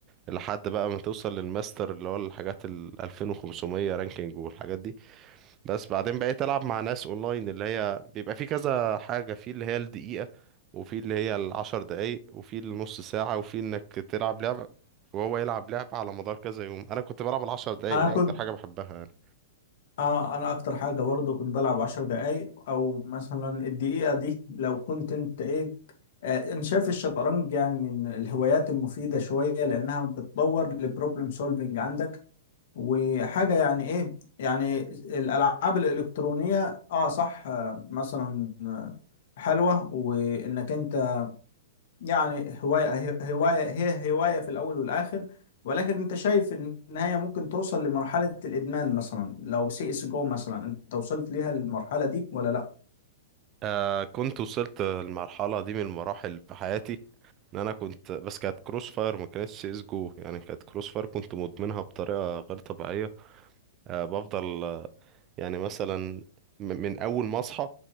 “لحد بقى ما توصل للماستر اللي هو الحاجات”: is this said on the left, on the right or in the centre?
Right